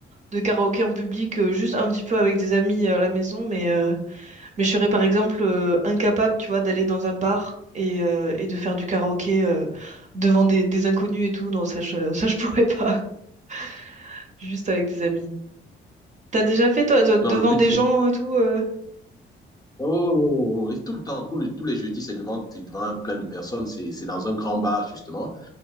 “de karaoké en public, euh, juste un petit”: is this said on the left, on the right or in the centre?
Right